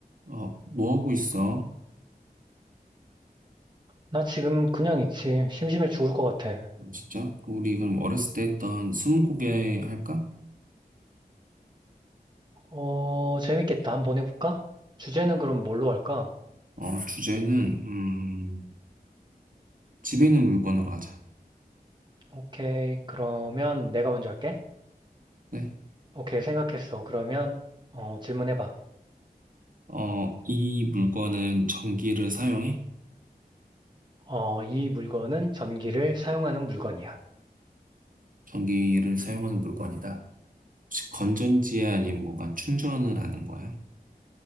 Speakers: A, on the right; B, on the right.
A: 어, 뭐 하고 있어?
B: 나 지금 그냥 있지. 심심해 죽을 것 같아.
A: 음, 진짜? 그 우리 그럼 어렸을 때 했던 스무고개 할까?
B: 어, 재밌겠다. 한번 해볼까? 주제는 그럼 뭘로 할까?
A: 어, 주제는, 음, 집에 있는 물건으로 하자.
B: 오케이. 그러면 내가 먼저 할게.
A: 네?
B: 오케이. 생각했어. 그러면, 어, 질문해봐.
A: 어, 이 물건은 전기를 사용해?
B: 어, 이 물건은 전기를 사용하는 물건이야.
A: 전기를 사용하는 물건이다. 혹시 건전지야? 아니면 뭔가 충전을 하는 거야?